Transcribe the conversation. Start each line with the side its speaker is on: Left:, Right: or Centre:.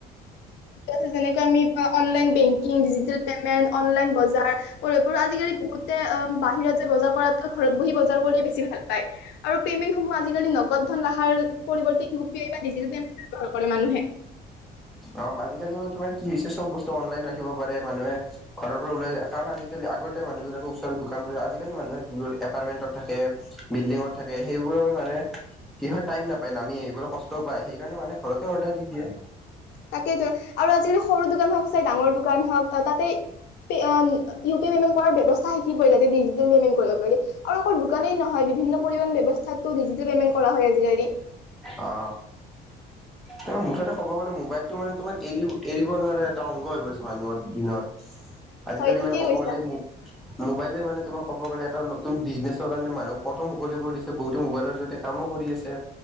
Left: <unintelligible> যেনেকৈ আমি online bank digital payment, online বজাৰ, এইবোৰো আজিকালি বহুতে, অ', বাহিৰত‌ বজাৰ কৰাতকৈ ঘৰত বহি বজাৰ কৰিয়ে বেছি ভাল পায়, আৰু পেমেন্ট আজিকালি নগদ লাখাৰ পৰিৱৰ্তে ইউ পি আই বা দিজিতেলে ব্যৱহাৰ কৰে মানুহে।
Centre: অ' আজিকালি মানে তোমাৰ কি হৈছে, চব বস্তু অনলাইন ৰাখিব পাৰে মানুহে, ঘৰৰ পৰা ওলাই যায়, কাৰণ আজিকালি আগতে মানুহবিলাকৰ ওচৰৰ দোকান, আজিকালি মানুহে দূৰৰ এপাৰ্টমেন্টত থাকে, বিল্ডিঙত থাকে, সেইবোৰৰ মানুহে কি হয় টাইম নাপায়, নামি এইবোৰো কষ্ট পায়, সেই সেইকাৰণে মানে, ঘৰতে অৰ্ডাৰ দি দিয়ে।
Left: তাকেইটো, আৰু আজিকালি সৰু দোকান হওক চাই ডাঙৰ দোকান হ'ক, তাতে ইউ পি পেমেন্ট কৰাৰ ব্যৱস্থা হৈ পৰিলে তাতে ডিজিতেল পেমেন্ট কৰিব পাৰি। আৰু অকল দোকানেই নহয়, বিভিন্ন পৰিবহণ ব্যৱস্থাতো ডিজিটেল পেমেণ্ট কৰা হয়, আজিকালি।
Centre: অ' তোমাৰ মুঠতে ক'ব গ'লে, মোবাইলটো মানে তোমাৰ, এৰি, এৰিব নোৱাৰা এটা অংশ হৈ পৰিছে, মানুহৰ দিনত। আজিকালি
Left: হয়, ঠিকেই
Centre: মানে ক'ব
Left: কৈছা।
Centre: গ'লে, মোবাইলে মানে তোমাক ক'ব গ'লে এটা নতুন বিজনেছৰ কাৰণে মানুহক পথো মুকলি কৰি দিছে, বহুতে মোবাইলৰ জৰিয়তে কামো কৰি আছে।